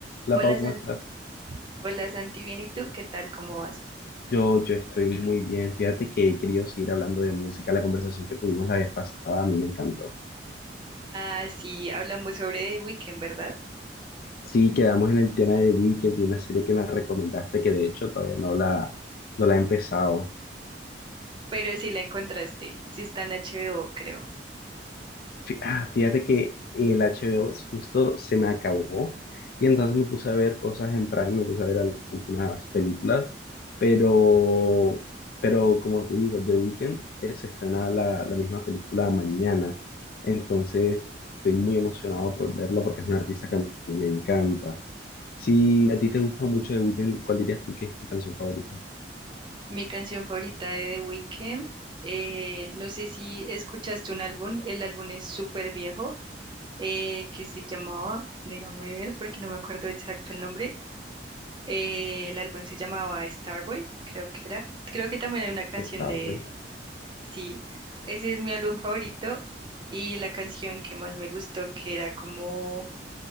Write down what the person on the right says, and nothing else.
Hola
Santi,
hola Santi, bien, ¿y tú? ¿Qué tal? ¿Cómo vas?
Ah, sí, hablamos sobre The Weeknd, ¿verdad?
Pero sí la encontraste, sí está en HBO, creo.
Mi canción favorita de The Weeknd, eh, no sé si escuchaste un álbum, el álbum es súper viejo, eh, que se llamaba, déjame ver porque no me acuerdo exacto el nombre, eh, el álbum se llamaba Starboy, creo que era. Creo que también hay una canción
de
Sí, ese es mi álbum favorito y la canción que más me gustó, que era como